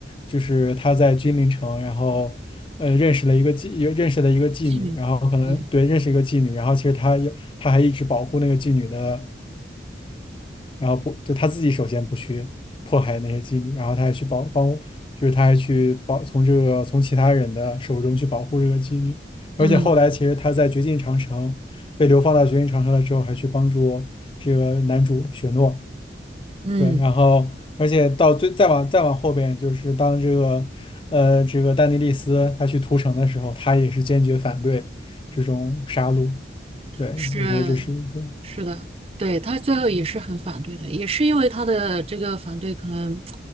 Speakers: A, on the left; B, on the right.
A: 就是他在君临城，然后呃认识了一个妓，也认识了一个妓女，
B: 妓女，
A: 然后可能对认识一个妓女，
B: 对，
A: 然后其实他有他还一直保护那个妓女的。然后不就他自己首先不去迫害那些妓女，然后他还去保帮，就是他还去保从这个从其他人的手中去保护这个妓女，而且后来其实他在绝境长城被流放到绝境长城了之后，
B: 嗯
A: 还去帮助这个男主雪诺，
B: 嗯。
A: 对，然后而且到最再往再往后边就是当这个呃这个丹尼利斯他去屠城的时候，他也是坚决反对这种杀戮，对，
B: 是
A: 我觉得这是一个
B: 是的，对，他最后也是很反对的，也是因为他的这个反对，可能